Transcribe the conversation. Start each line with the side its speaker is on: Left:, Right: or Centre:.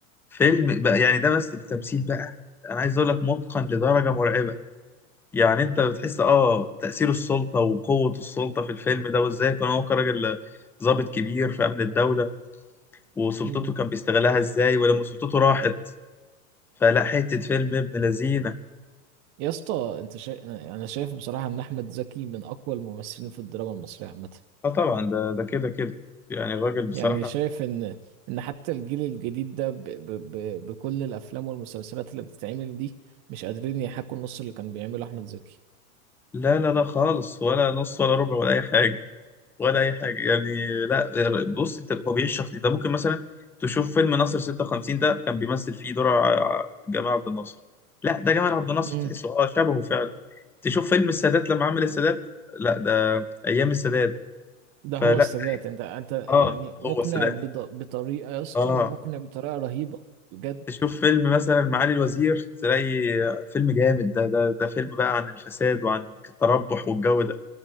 Centre: فيلم بقى يعني ده بس التمثيل بقى انا عايز اقول لك متقن لدرجه مرعبه يعني انت بتحس اه تاثير السلطه وقوه السلطه في الفيلم ده وازاي كان هو كراجل ضابط كبير في امن الدوله وسلطته
Right: مم.
Centre: كان بيستغلها ازاي ولما سلطته راحت فلا حته فيلم ابن لذينه
Right: يا اسطى انت شا... انا أنا شايف بصراحه ان احمد زكي من اقوى الممثلين في الدراما المصريه عامه
Centre: اه طبعا ده ده كده كده يعني الراجل بصراحه
Right: يعني شايف ان ان حتى الجيل الجديد ده ب ب ب بكل الافلام والمسلسلات اللي بتتعمل دي مش قادرين يحاكوا النص اللي كان بيعمله احمد زكي
Centre: لا لا لا خالص ولا نص ولا ربع ولا اي حاجه ولا اي حاجه يعني لا بص انت هو بيعيش شخص ده ممكن مثلا تشوف فيلم ناصر 56 ده كان بيمثل فيه دور ع- جمال عبد الناصر لا ده جمال عبد الناصر
Right: امم
Centre: تحسه اه شبهه فعلا تشوف فيلم السادات لما عمل السادات لا ده ايام السادات
Right: ده
Centre: فلا
Right: هو السادات انت انت
Centre: اه
Right: يعني مقنع
Centre: هو السادات
Right: بض- بطريقة يا اسطى
Centre: اه
Right: مقنع بطريقة رهيبة بجد
Centre: تشوف فيلم مثلا معالي الوزير تلاقي فيلم جامد ده ده ده فيلم بقى عن الفساد وعن التربح والجو ده